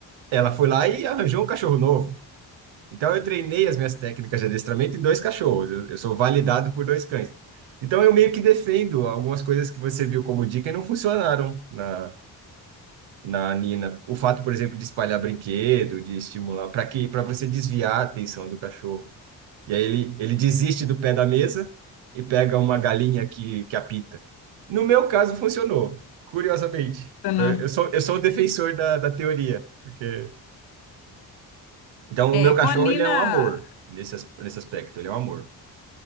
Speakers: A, on the right; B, on the left.
A: ela foi lá e arranjou um cachorro novo. Então, eu treinei as minhas técnicas de adestramento em dois cachorros. Eu, eu sou validado por dois cães. Então, eu meio que defendo algumas coisas que você viu como dica e não funcionaram na, na Nina. O fato, por exemplo, de espalhar brinquedo, de estimular, para que, para você desviar a atenção do cachorro. E aí ele, ele desiste do pé da mesa e pega uma galinha que, que apita. No meu caso, funcionou, curiosamente.
B: Não.
A: Então, eu sou, eu sou o defensor da, da teoria, porque... Então,
B: É,
A: o meu
B: com
A: cachorro,
B: a Nina,
A: ele é um amor nesse, as- nesse aspecto, ele é um amor.